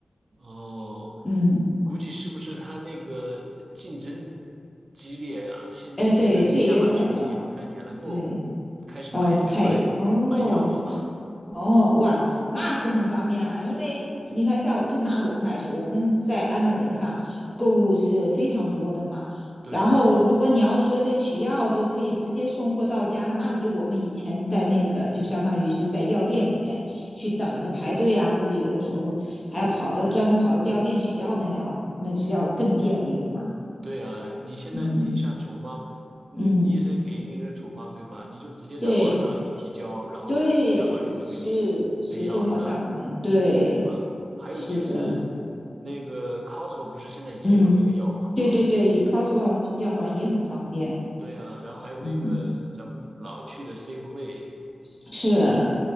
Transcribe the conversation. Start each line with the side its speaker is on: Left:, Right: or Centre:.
Right: 哦，
Left: 嗯，
Right: 估计是不是它那个竞争激烈呀？现在你看亚马逊好像也能够嗯开始买卖卖药了嘛？
Left: 哎，对，这也有可能。对。OK，哦，开哦哦哇，那是很方便啦。因为你看在，就拿我们来说，我们在安 m a 上购物是非常多的嘛。
Right: 对呀，
Left: 然后，如果你要说这取药都可以直接送货到家，那比我们以前在那个就相当于是在药店里面去等着排队啊，或者有的时候还要跑到专门跑到药店取药，
Right: 嗯，
Left: 那要那是要更便利了嘛。
Right: 对呀，你现在你像处方，
Left: 嗯
Right: 那医生给你的处方对吧？
Left: 嗯，
Right: 你就直接在网上一提交，
Left: 对
Right: 然后亚马逊就给你配药了，
Left: 对，是是送货上门，
Right: 那
Left: 对。
Right: 是吧？还有就是那个
Left: 是的，
Right: Costco 不是现在也有那个药房吗？
Left: 嗯，对对对，Costco 药房也很方便，
Right: 对啊，然后还有那个咱们老去的
Left: 嗯，
Right: Safeway
Left: 是